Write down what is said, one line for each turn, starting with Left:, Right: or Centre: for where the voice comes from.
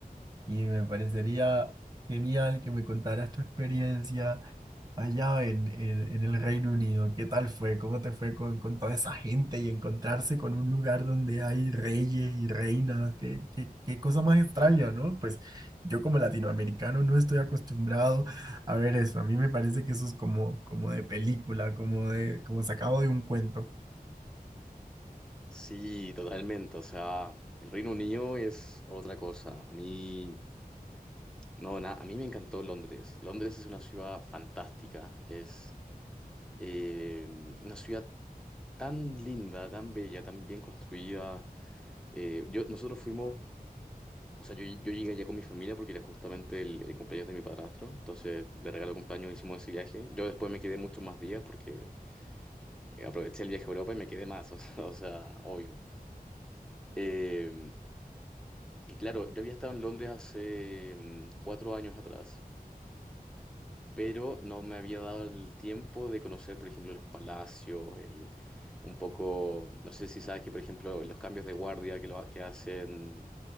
Right: y me parecería genial que me contaras tu experiencia allá en, en- en el Reino Unido? ¿Qué tal fue? ¿Cómo te fue con, con toda esa gente y encontrarse con un lugar donde hay reyes y reinas? ¿Qué, qué, qué cosa más extraña, ¿no? Pues yo como latinoamericano no estoy acostumbrado a ver eso. A mí me parece que eso es como, como de película, como de, como sacado de un cuento.
Centre: Sí, totalmente. O sea, el Reino Unido es otra cosa. A mí, no, na- a mí me encantó Londres. Londres es una ciudad fantástica. Es eh, una ciudad tan linda, tan bella, tan bien construida. Eh, yo, nosotros fuimos, o sea, yo, yo llegué allá con mi familia porque era justamente el, el cumpleaños de mi padrastro. Entonces, de regalo de cumpleaños hicimos ese viaje. Yo después me quedé muchos más días porque Eh, aproveché el viaje a Europa y me quedé más, <laughs> o, sea, o sea, obvio. Eh, y claro, yo había estado en Londres hace mm, cuatro años atrás, pero no me había dado el tiempo de conocer, por ejemplo, los palacios, el, un poco, no sé si sabes que, por ejemplo, los cambios de guardia que, lo, que hacen